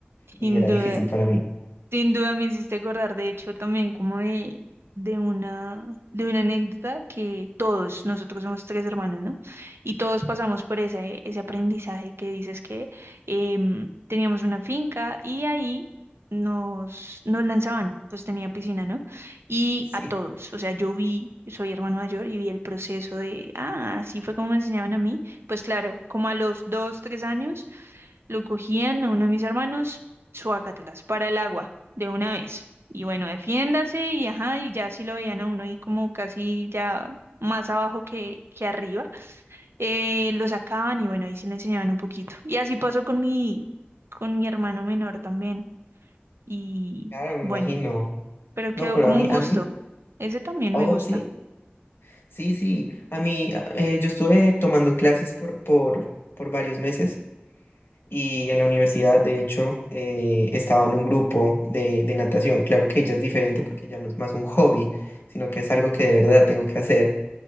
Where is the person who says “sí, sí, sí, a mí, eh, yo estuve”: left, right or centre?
Left